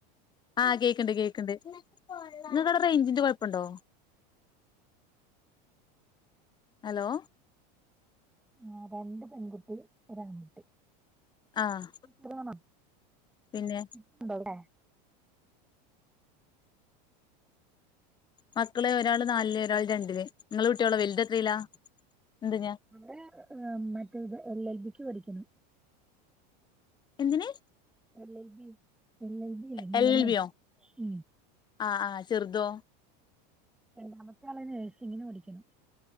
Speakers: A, on the left; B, in the centre.
A: ആഹ് കേക്കണ്ട് കേക്കണ്ട് ഇങ്ങക്ക് അവിടെ റേഞ്ചിന്റെ കുഴപ്പുണ്ടോ ഹലോ
B: ആ രണ്ട് പെൺകുട്ടി ഒരു ആൺകുട്ടി <unintelligible>
A: ആഹ് പിന്നെ മക്കള് ഒരാള് നാലില് ഒരാള് രണ്ടില് നിങ്ങള് കുട്ടിയളോ വലുത് എത്രയില്ലാ എന്തിനാ
B: അവള് മറ്റത് എൽ എൽ ബിക്ക് പഠിക്കുന്നു
A: എന്തിനന്
B: L L B L L B ഇല്ലേ നിയമം
A: എൽ എൽ ബിയോ
B: ഉം.
A: ആഹ് ആഹ് ചെറുതോ
B: രണ്ടാമത്തെ ആളെ നഴ്സിങ്ങിന് പഠിക്ക്ണ്